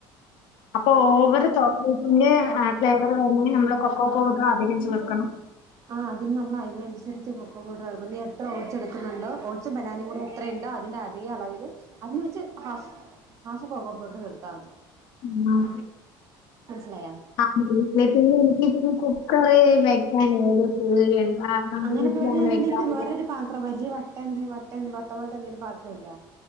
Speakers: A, on the left (about 55°); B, on the right (about 35°).
A: അപ്പൊ ഓവറ് ചോക്ലേറ്റിന്റെ ആ ഫ്ലേവറ് വേണെങ്കി നമ്മള് കൊക്കോ പൗഡർ അധികം ചേർക്കണം
B: ആദ്യം നമ്മള് അയ്ന് <unintelligible> സരിച്ച് കൊക്കൊ പൗഡർ എടുക്കും നീ എത്ര ഓട്സ് എടുക്കുന്നുണ്ടോ ഓട്‌സും ബനാനേം കൂടെ എത്ര ഇണ്ട് അതിൻ്റെ അതേ അളവില് അതിനു വെച്ച് ഹാഫ് ഹാഫ് കൊക്കോ പൗഡർ ചേർത്താമതി
A: ഉം.
B: മനസിലായ
A: ആ വീട്ടിലേക്ക് എനിക്ക് പിന്നെ കുക്കർ വെക്കാൻ ഒരു പേടിയാണ് കാരണം
B: അങ്ങനെ
A: വീട്ടിലങ്ങനെ
B: പേടിയാന്നുണ്ടെങ്കില്
A: വെക്കാറില്ല
B: വേറൊരു പാത്രം വലിയ വട്ട ന്ത് വട്ട ന്ത് വട്ട പോലത്തെ എന്തേലും പാ ത്രോല്ല